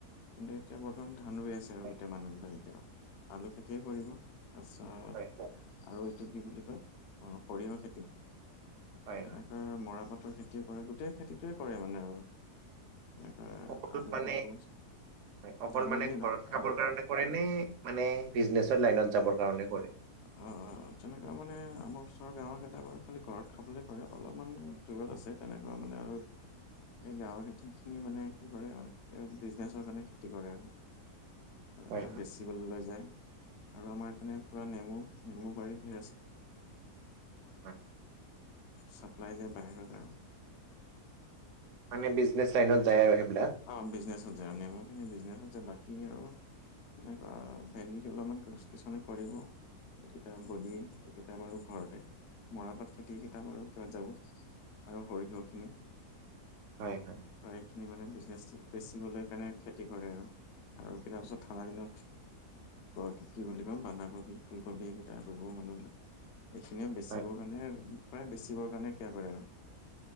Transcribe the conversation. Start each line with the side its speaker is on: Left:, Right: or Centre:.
Left: কিন্তু এতিয়া বৰ্তমান ধান ৰুই আছে আৰু
Right: হয়
Left: গোটেই মানুহবিলাক এতিয়াও আলু খেতিয়ে কৰিব তাৰপিছত
Right: হয়।
Left: আৰু এইটো কি বুলি কয়, অ সৰিয়হৰ খেতি
Right: হয়
Left: তেনে
Right: হয়
Left: অ মৰাপাতৰ খেতিয়ে কৰে গোটেই খেতিতোয়ে কৰে মানে আৰু। তেনেকে
Right: অকল
Left: আলু
Right: মানে
Left: কৰিব
Right: হয় অকল
Left: ধান
Right: মানে
Left: বুলিয়ে
Right: ঘৰত
Left: নহয়
Right: খাবৰ
Left: অ
Right: কাৰণে কৰে নে মানে বিজনেচৰ লাইনত যাবৰ কাৰণে কৰে?
Left: অ অ অ তেনেকা মানে আমাৰ ওচৰৰ গাঁৱৰ কেইটা বাৰু খালি ঘৰত খাবলৈ কৰে অলপমান দূৰত আছে তেনেকুৱা মানে আৰু এই গাঁৱৰ খেতি খিনি মানে কি কৰে আৰু এতিয়া বিজনেচৰ কাৰণে খেতি কৰে আৰু
Right: হয় হয়
Left: <inaudible> <unintelligible> বেচিবলৈ লৈ যায় আৰু আমাৰ ইপিনে পুৰা নেমু, নেমু বাৰী ধেৰ আছে।
Right: হয়
Left: ছাপ্লাই যায় বাহিৰত আৰু
Right: মানে বিজনেচ লাইনত যায় আৰু সেইবিলাক
Left: অ বিজনেছত যায়, নেমু খিনি বিজনেছত য়ায বাকী আৰু তেনেকুৱা ভেন্দি কি অলমান গছ কিছুমানে কৰিব এইকেইটা বদি এইকেইটা বাৰু ঘৰতে, মৰাপাত খেতি কেইটা বাৰু কিহত যাব আৰু সৰিয়হ খিনি
Right: হয় হয়
Left: হয় খিনি মানে বিজনেছ বেচিবলে কাৰণে খেতি কৰে আৰু কিনা পিছত ঠাণ্ডা দিনত ক কি বুলি কম বন্ধাকবি, ফুলকবি এইকেইটা ৰুব মানুহবিলাক এইখিনিও বেচিবৰ
Right: হয়
Left: কাৰণে প্ৰায় বেচিবৰ কাৰণে কিয়া কৰে আৰু